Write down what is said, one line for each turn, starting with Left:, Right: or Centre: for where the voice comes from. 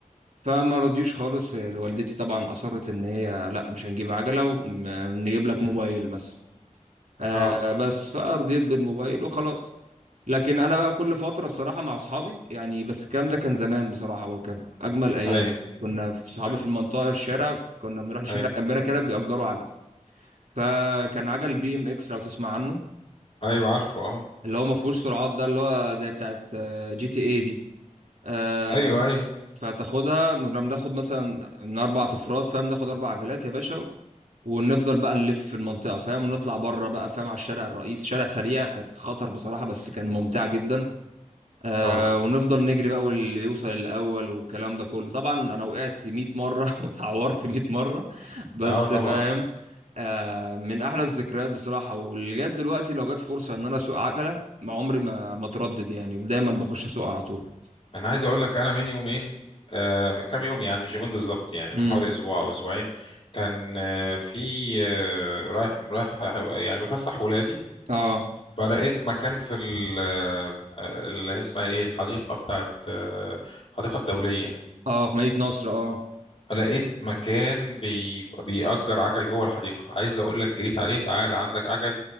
Right: فما رضيوش خالص والدتي طبعا أصرت إن هي لا مش هنجيب عجلة ونجيب لك
Left: مم.
Right: موبايل مثلا آه
Left: أه
Right: بس فرضيت بالموبايل وخلاص لكن انا بقى كل فتره بصراحه مع اصحابي يعني بس الكلام ده كان زمان بصراحه وكان اجمل ايام
Left: أيوه
Right: كنا في صحابي
Left: أيوه
Right: في المنطقه الشارع كنا بنروح لشارع
Left: أيوه
Right: جنبنا كده بيأجروا عجل فكان عجل بي ام اكس لو تسمع عنه
Left: أيوه عارفه أه
Right: اللي هو ما فيهوش سرعات ده اللي هو زي بتاعت جي تي اي دي آه،
Left: أيوه أيوه
Right: فتاخدها كنا بناخد مثلا من اربع افراد فاهم ناخد اربع عجلات يا باشا ونفضل بقى نلف في المنطقه فاهم ونطلع بره بقى فاهم على الشارع الرئيس شارع سريع كانت خطر بصراحه بس كان ممتع جدا آه
Left: طبعا
Right: ونفضل نجري بقى واللي يوصل الاول والكلام ده كله طبعا انا وقعت 100 مره <laughs> وتعورت 100 مره بس
Left: أه طبعا
Right: فاهم آه من احلى الذكريات بصراحه ولغايه دلوقتي لو جت فرصه ان انا اسوق عجله ما عمري ما ما اتردد يعني دايما بخش اسوق على طول
Left: أنا عايز أقول لك أنا من يومين آه من كام يوم يعني مش يومين بالظبط يعني من
Right: امم
Left: حوالي أسبوع أو أسبوعين كان آه، في آه، رايح رايح يعني بفسح ولادي
Right: اه
Left: فلقيت مكان في ال- آه، اللي هي اسمها ايه الحديقة بتاعت الحديقة الدولية
Right: اه في مدينه نصر اه
Left: فلقيت مكان بي... بيأجر عجل جوه الحديقة عايز اقول لك جريت عليه تعالى عندك عجل